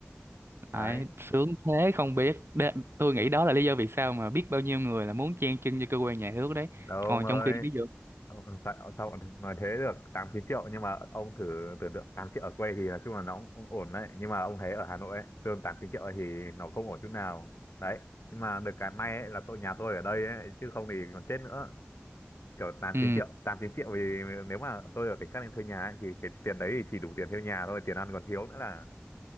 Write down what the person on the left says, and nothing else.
đấy
đâu ông
ơi
ông, sao, sao ông nói thế được tám chín triệu nhưng mà ông thử tưởng tượng tám triệu ở quê thì nói chung là nó cũng ổn đấy nhưng mà ông thấy ở Hà Nội ấy, lương tám chín triệu ấy thì nó không ổn chút nào đấy nhưng mà được cái may ấy là tôi nhà tôi ở đây ấy chứ không thì còn chết nữa kiểu tám
chín triệu tám chín triệu thì nếu mà tôi ở tỉnh khác lên thuê nhà ấy, thì cái tiền đấy thì chỉ đủ tiền thuê nhà thôi tiền ăn còn thiếu nữa là